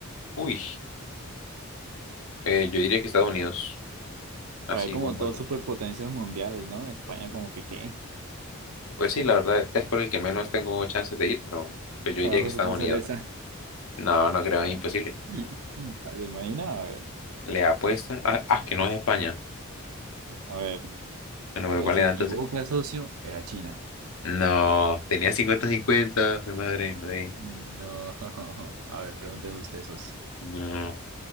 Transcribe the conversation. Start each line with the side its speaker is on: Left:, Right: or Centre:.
Left: uy, eh, yo diría que Estados Unidos. Así
Right: Pues hay como
Left: como
Right: dos
Left: por todo.
Right: superpotencias mundiales, ¿no? España como que qué.
Left: Pues sí, la verdad es por el que menos tengo chances de ir, pero pues yo diría
Right: Ahora
Left: que Estados
Right: resulta
Left: Unidos.
Right: ser esa.
Left: No, no creo, es imposible.
Right: <laughs> ¿Se imagina? A ver,
Left: Le apuesto. Ah, ah, que no es España.
Right: a ver,
Left: Bueno, pero
Right: pues
Left: ¿cuál
Right: se
Left: era
Right: equivoca,
Left: entonces?
Right: socio. Era China.
Left: No, tenía cincuenta cincuenta mi madre, no, eh,
Right: No. <laughs> A ver, pregúnteme usted, socio.
Left: no.